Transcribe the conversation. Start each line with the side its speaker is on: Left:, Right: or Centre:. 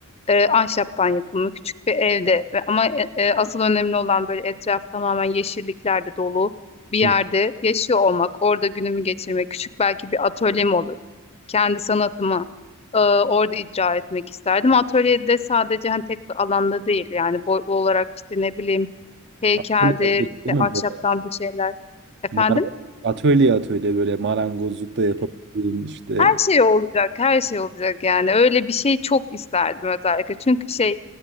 Left: e, ahşaptan yapımı küçük bir evde ve ama e, e, asıl önemli olan böyle etraf tamamen yeşilliklerle dolu bir yerde
Right: Hı.
Left: yaşıyor olmak, orada günümü geçirmek, küçük belki bir atölyem olur. Kendi sanatımı e, orada icra etmek isterdim. Atölyede sadece hani tek bir alanda değil yani boy olarak işte ne bileyim heykeldir,
Right: Atölye atölye
Left: işte
Right: değil mi
Left: ahşaptan
Right: böyle?
Left: bir şeyler. Efendim?
Right: Mara- atölye atölye böyle marangozluk da yapabildiğin işte.
Left: Her şey olacak, her şey olacak yani. Öyle bir şey çok isterdim özellikle. Çünkü şey